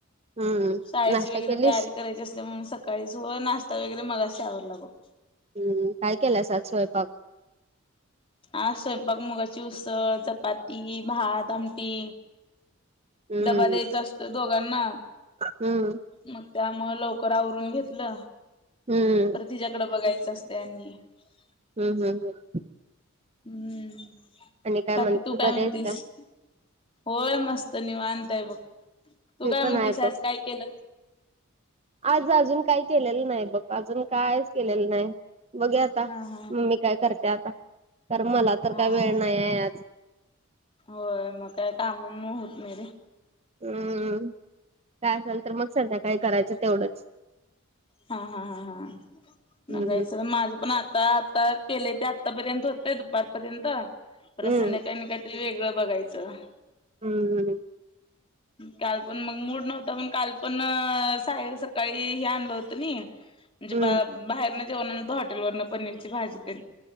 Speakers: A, on the right (about 30°); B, on the left (about 25°).
A: हम्म
B: शाळेची
A: नाश्ता
B: वगैरे
A: केलीस
B: तैयारी करायची असते मग सकाळीच व नाश्ता वगैरे मगाशी आवारला वर लागतं.
A: हम्म काय केलंस आज स्वयंपाक?
B: हा स्वयंपाक मुगाची उसळ चपाती भात आमटी
A: हम्म
B: डबा द्यायचा असत दोघांना
A: हम्म
B: मग त्यामुळे लवकर आवरून घेतलं
A: हम्म
B: तर तिच्यायाकडे बघायचं असतं. दनी <unintelligible>
A: हम्म हम्म हम्म
B: हम्म
A: आणि
B: बाकी
A: म्हणतेस
B: तू काय
A: बरी
B: म्हणतीस?
A: आहेस
B: होय मस्त निवांत आहे बघ तू
A: ते
B: काय
A: पण
B: म्हणतीस
A: आहे
B: आज
A: बघ
B: काय केलं
A: आज अजून काही केलेलं नाही बघ अजून कायच केलेलं नाही. बघुया आता
B: हा हा
A: मम्मी काय करते आता कारण मला तर
B: हा
A: काय
B: हा
A: वेळ नाही आहे आज
B: होय मग काय कामामुळे होत नाही
A: हम्म काय असेल तर मग संध्याकाळी काही करायचं तेवढंच
B: हा हा हा हा बघायचं
A: हम्म
B: तर माझ्या पण आता केलेय ते आतापर्यंत होतय दुपारपर्यंत
A: हम्म
B: संध्याकाळी का ते वेगळं बघायचं.
A: हम्म हम्म
B: काल पण मग मूड नव्हतं पण काल पण साय सकाळी हे आणल होत म्हणजे
A: हम्म
B: बा बाहेर न जेवण आणि त हॉटेल वरण पनीरची भाजी ते